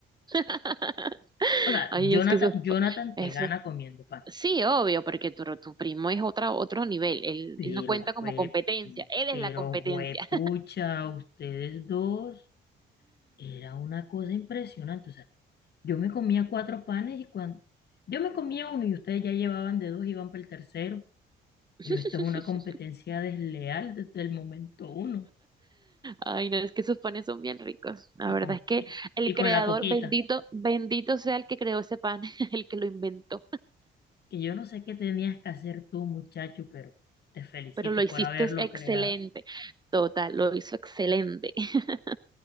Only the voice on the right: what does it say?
<laughs>
Ay,
es que eso,
eso,
sí, obvio, porque tu, tu primo es otra, otro nivel, él,
él no cuenta como
competencia, él
es la competencia.
<laughs>
Ay, no, es que esos panes son bien ricos. La
verdad
es que
el
creador,
bendito, bendito sea el que creó ese pan, <laughs> el que lo inventó.
pero lo hiciste
excelente.
Total, lo hizo excelente. <laughs>